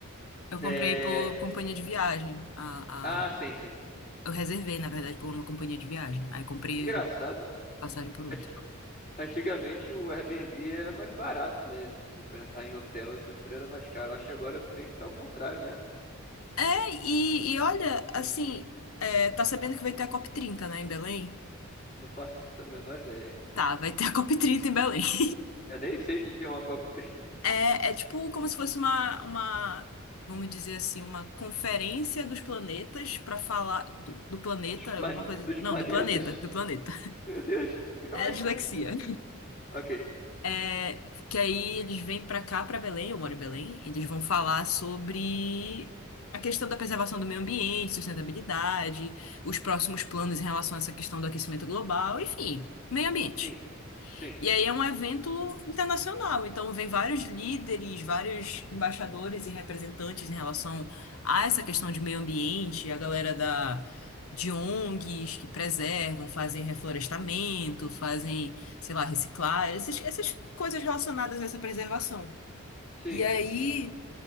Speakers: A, on the left; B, on the left.
A: Eu
B: É...
A: comprei por companhia de viagem. A,
B: Ah, sim,
A: a...
B: sim.
A: Eu reservei, na verdade, por uma companhia de viagem. Aí comprei
B: Engraçado.
A: passagem por outra.
B: Ati- Antigamente o Airbnb era mais barato, né? Tipo, pensar em hotel sempre era mais caro. Acho que agora meio que tá ao contrário, né?
A: É, e, e olha, assim, é, tá sabendo que vai ter a COP30, né, em Belém?
B: Não faço a menor ideia.
A: Tá, vai ter a COP30 em Belém. <laughs>
B: Eu nem sei o que que é uma cópia tri-
A: É, é tipo como se fosse uma, uma, vamos dizer assim, uma conferência dos planetas pra falar do, do planeta,
B: <laughs> dos, plane-
A: alguma coisa.
B: dos
A: Não,
B: planetas.
A: do planeta, do planeta.
B: Meu Deus, calma
A: É
B: aí.
A: dislexia.
B: Ok.
A: É, que aí eles vêm pra cá, pra Belém, eu moro em Belém, e eles vão falar sobre a questão da preservação do meio ambiente, sustentabilidade, os próximos planos em relação a essa questão do aquecimento global, enfim, meio ambiente.
B: Sim, sim,
A: E aí é um evento internacional, então vem vários líderes, vários embaixadores e representantes em relação a essa questão de meio ambiente, a galera da de ONGs que preservam, fazem reflorestamento, fazem, sei lá, reciclar, essas, essas coisas relacionadas a essa preservação.
B: sim,
A: E aí